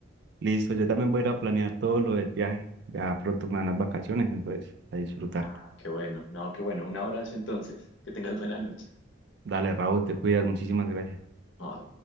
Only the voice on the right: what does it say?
Listo, yo también voy a ir a planear todo lo del viaje. Ya pronto me dan las vacaciones, entonces a disfrutar.
Dale, Raúl, te cuidas. Muchísimas gracias.